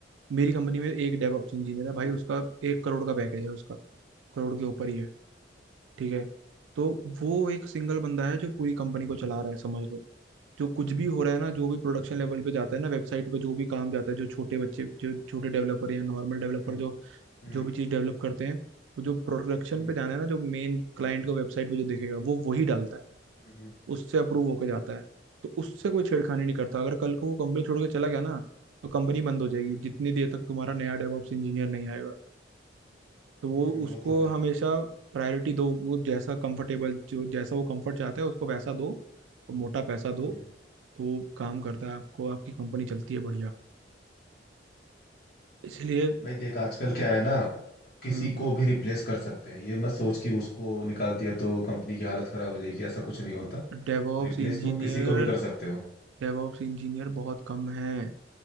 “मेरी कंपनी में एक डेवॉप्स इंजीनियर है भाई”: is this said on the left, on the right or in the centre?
Right